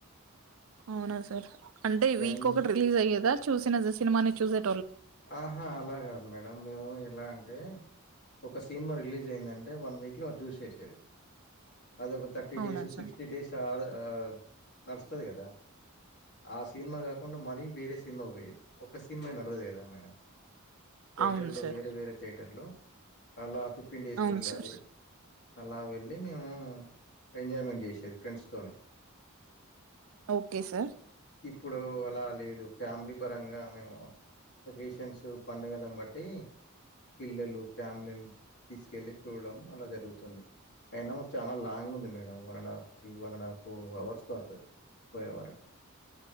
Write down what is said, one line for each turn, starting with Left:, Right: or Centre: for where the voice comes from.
Right: అవునా సార్ అంటే
Left: ఫ్రెండ్
Right: వీక్ ఒకటి రిలీజ్ అయ్యేదా చూసిన సినిమాని చూసే
Left: ఆహా అలా కాదు మేడం మేము ఎలా అంటే ఒక సినిమా రిలీజ్ అయిందంటే వన్ వీక్లో అది చూస్ చేసేది అద ఒక థర్టీ
Right: అవునా
Left: డేస్
Right: సార్
Left: సిక్స్టీ డేస్ ఆ తం నడుస్తుంది కదా ఆ సినిమా కాకుండా మరీ వేరే సినిమా పోయేది ఒక సినిమా నడవదు కదా మేడం థియేటర్లు
Right: అవును సార్
Left: వేరే వేరే థియేటర్లు అలా ఫిఫ్టీన్ డేస్
Right: అవును
Left: కి ఒకసారి
Right: సార్
Left: అలా వెళ్ళి మేము ఎంజాయ్మెంట్ చేసేది ఫ్రెండ్స్ తోని
Right: ఓకే సార్
Left: ఇప్పుడు అలా లేదు ఫ్యామిలీ పరంగా మేము అకేషన్సు పండగలని బట్టీ పిల్లలు ఫ్యామిలీని తీసుకెళ్లి చూడడం అలా జరిగి జరుగుతుంది అయినా మాకు చాలా లాంగ్ ఉంది madam one and half to one and half four hours పడుతది పోయే వరకు